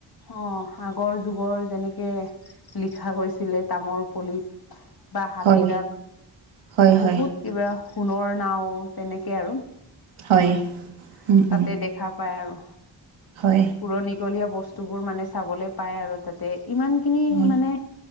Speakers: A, on the left; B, on the right.
A: অহ, আগৰ যুগৰ যেনেকে লিখা হৈছিলে তামৰ পলিত। বা হাতীৰ
B: হয়
A: দাত,
B: হয়
A: বহুত
B: হয়
A: কিবা সোণৰ নাও, তেনেকে আৰু।
B: হয়
A: <inaudible>
B: উম
A: তাতে
B: উম
A: দেখা পাই আৰু।
B: হয়
A: পুৰণিকলীয়া বস্তু বোৰ মানে চাবলৈ পাই আৰু তাতে ইমানখিনি
B: হয়
A: মানে